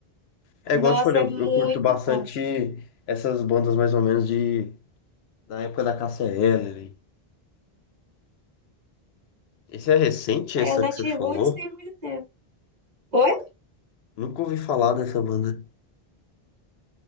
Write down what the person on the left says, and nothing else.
É
igual eu te falei,
eu,
eu curto bastante
essas bandas mais ou menos de da época da KCL. Esse é recente,
essa
que você falou?
Nunca ouvi falar dessa banda.